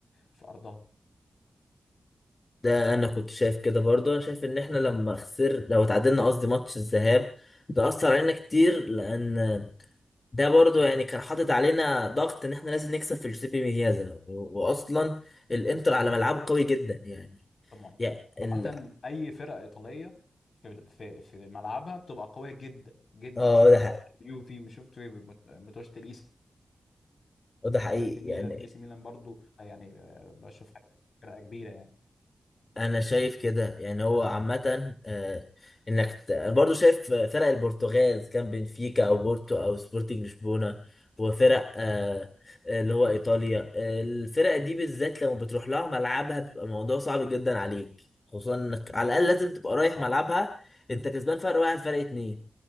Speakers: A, on the left (about 65°); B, on the left (about 40°).
A: في ارضها
B: ده أنا كنت شايف كده برضو أنا شايف إن إحنا لما خسر لو اتعادلنا قصدي ماتش الذهاب ده أثر علينا كتير لأن ده برضو يعني كان حاطط علينا ضغط إن إحنا لازم نكسب في جوزيبي ميازا و... وأصلا الإنتر على ملعبه قوي جدا يعني
A: طبعا
B: يعني ال...
A: عامة أي فرقة إيطالية في في في ملعبها بتبقى قوية جدا جدا
B: اه
A: شوف
B: ده
A: ماتشات
B: حقيقي.
A: اليوفي وشفت مت- ماتشات الإي سي
B: وده حقيقي
A: ميلان
B: يعني
A: الإي سي ميلان برضو يعني آه، بشوفها فرقة كبيرة يعني
B: انا شايف كده يعني هو عامة آه، انك ت- أنا برضو شايف آه، فرق البرتغال إذا كان بنفيكا او بورتو او سبورتنج لشبونة وفرق آه، آه، اللي هو ايطاليا آه، الفرق دي بالذات لما بتروح لها ملعبها بيبقى الموضوع صعب جدا عليك خصوصا انك على الاقل لازم تبقى رايح
A: صح
B: ملعبها انت كسبان فرق واحد فرق اتنين